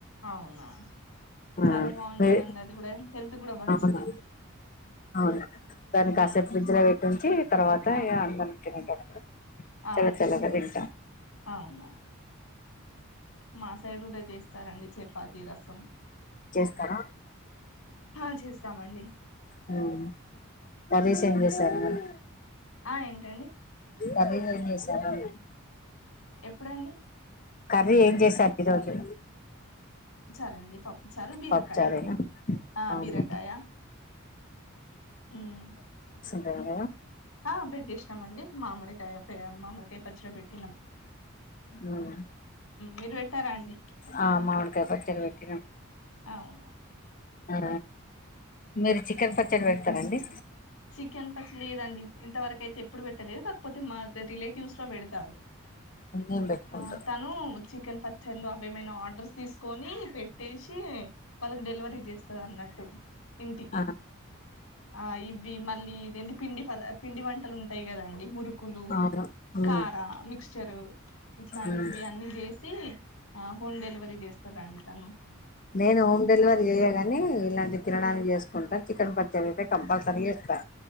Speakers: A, on the left (about 75°); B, on the left (about 40°).
A: అవునా
B: ఆ
A: చాలా బాగుంటదండి
B: వే
A: అది కూడా హెల్త్ కూడా మంచిది
B: అవును అవును దానికి కాసేపు
A: ఆ
B: ఫ్రిడ్జ్ లో పెట్టించి తర్వాత
A: ఆ
B: ఇగ <inaudible>
A: ఆ
B: చల్ల చల్లగ తింట
A: అవునా మా సైడ్ కూడా చేస్తారండి చె పాతి రసం
B: చేస్తారా
A: హా చేస్తామండి
B: హుమ్ నరేష్ ఏం చెస్ శర్మత్
A: ఆ ఏంటండి
B: కర్రీ ఏం చేసారండి
A: ఎప్పుడండి
B: కర్రీ ఏం చేసారు ఈరోజు
A: సరేండి పప్ చారు బీరకాయా
B: పప్పుచారేనా
A: ఆ
B: అవును
A: బీరకాయ హుమ్
B: అ
A: ఆ పెట్టేసినమండి మామిడికాయ మామిడికాయ పచ్చడి పెట్టినాం
B: ఉమ్
A: మీరు పెట్టారా అండి
B: ఆ మామిడికాయ పచ్చడి పెట్టినాం
A: అవునా
B: ఆ మీరు చికెన్ పచ్చడి పెట్ రండి
A: చికెన్ పచ్చలీ ఇదన్ ఇంత వరక్ అయితే ఎప్పుడు పెట్టలేదు కాకపోతే మా రిలేటివ్స్ లో పెడతారు
B: నేను పెట్టుకుంటా
A: ఆ తను చి ప చల్లు అవేమైనా ఆర్డర్స్ తీసుకొని పెట్టేసి వాళ్ళకు డెలివరీ చేస్తదన్నట్టు ఇంటికి
B: ఆ
A: ఆ ఇ మళ్ళీ ఇద ఏంది పిండి పద పిండి వంటలు ఉంటాయి కదండి మురుకులు
B: అవును ఉమ్
A: కార మిక్స్చర్ ఇట్లాంటివి
B: ఉమ్
A: అన్ని చేసి ఆ హోమ్ డెలివరీ చేస్త రండితను
B: నేను హోమ్ డెలివరీ చేయగాని ఇలాంటి తినడానికి చేసుకుంటా చికెన్ పచ్చడి కంపల్సరి ఇస్తా